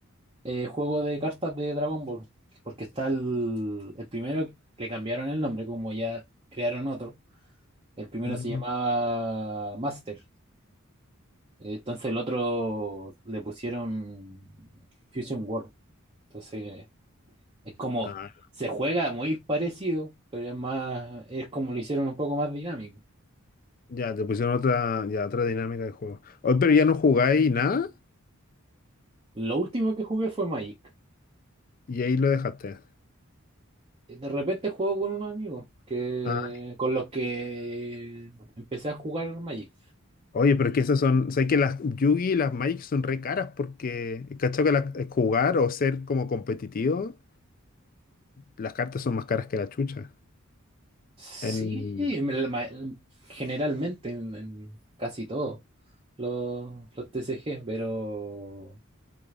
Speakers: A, on the right; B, on the left.
A: eh, juego de cartas de Dragon Ball, porque está el, el primero, le cambiaron el nombre, como ya crearon otro. El primero
B: Mm.
A: se llamaba Master Entonces el otro le pusieron Fusion World. Entonces es como,
B: Ah,
A: se juega muy parecido, pero es más, es como lo hicieron un poco más dinámico.
B: ya, te pusieron otra, ya, otra dinámica de juego. Hoy, pero ya no jugáis nada
A: Lo último que jugué fue Magic.
B: y ahí lo dejaste.
A: De repente juego con unos amigos que,
B: Ah,
A: con los que empecé a jugar Magic.
B: oye, pero es que esas son, sé que las Yugi y las Magic son re caras porque, ¿cachai? Que las- jugar o ser como competitivo. Las cartas son más caras que la chucha.
A: Sí,
B: En...
A: me- la ma- generalmente en, en casi todos los, los TCG, pero